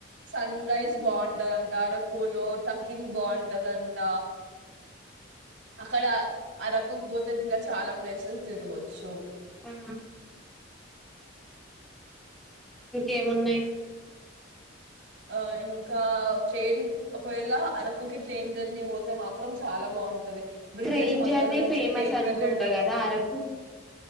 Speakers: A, on the right; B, in the centre.
A: సన్ రైజ్
B: మ్మ్
A: బావుంటదంట ఆరో కూలో ట్రక్కింగ్ బావుంటదంట అక్కడ అరకు బోతద్ ఇంకా చాలా ప్లేసెస్ తిరగొచ్చు
B: ఆ ఇంకేమున్నాయి
A: ఆ ఇంకా ట్రైన్ ఒకవేళ అరకుకి ట్రైన్ జర్నీ పోతే మాత్రం చాలా బావుంటది బ్రిడ్జెస్
B: ట్రైన్
A: మధ్యలో
B: జర్నీ
A: నుంచి
B: ఫేమస్
A: ట్రైన్
B: అనుకుంటా
A: వెళ్లడం
B: కదా అరకు